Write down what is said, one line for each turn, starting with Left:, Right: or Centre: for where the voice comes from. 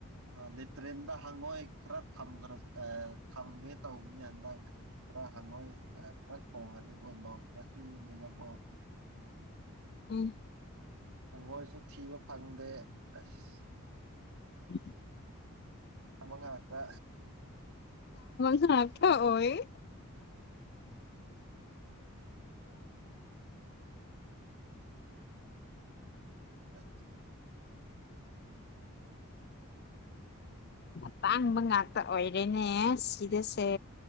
Right: ꯂꯤꯦꯇ꯭ꯔꯔꯤꯦꯟꯗ ꯍꯪꯉꯣꯏ ꯈꯔ ꯊꯝꯈ꯭ꯔ ꯊꯝꯒꯦ ꯇꯧꯒꯦ ꯅꯦ ꯍꯟꯗꯛ ꯈꯔ ꯍꯪꯉꯣꯏ ꯈꯔ ꯈꯣꯡꯉꯗꯤ ꯀꯣꯟ ꯅꯣꯡ ꯈꯔ ꯆꯤꯡꯉꯨꯅꯦꯕꯀꯣ
Left: ꯎꯝ
Right: ꯊꯉꯣꯏꯁꯨ ꯊꯤꯕ ꯐꯪꯗꯦ ꯑꯁ
Left: ꯎꯝ
Right: ꯑꯃꯉ ꯑꯠꯇ
Left: ꯅꯅꯥ ꯊ ꯑꯣꯏꯣꯏ
Right: ꯑ
Left: ꯑꯇꯥꯡꯕ ꯉꯥꯛꯇ ꯑꯣꯏꯔꯦꯅꯦ ꯁꯤꯗꯁꯦ